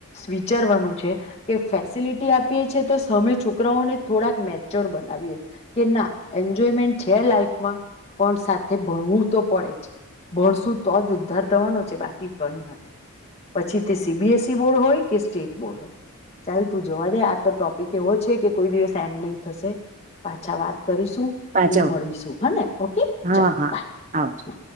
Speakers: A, on the left; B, on the right.
A: વિચારવાનું છે કે ફેસિલિટી આપીએ છે તો અમે છોકરાઓને થોડાક મેચ્યોર બનાવીએ કે ના એન્જોયમેન્ટ છે લાઈફમાં પણ સાથે ભણવું તો પડે જ ભણશું તો જ ઉદ્ધાર થવાનો છે બાકી કઈ નથી પછી C B S C board હોય કે સ્ટેટ બોર્ડ હોય ચાલ તું જવા દે આ તો ટોપિક એવો છે કે કોઈ દિવસ એન્ડ નહી થશે પા છા વાત કરીશું
B: પાછળ
A: ને મળીશું હા ને ઓકે
B: હા
A: ચલ
B: હા
A: બાય.
B: આવ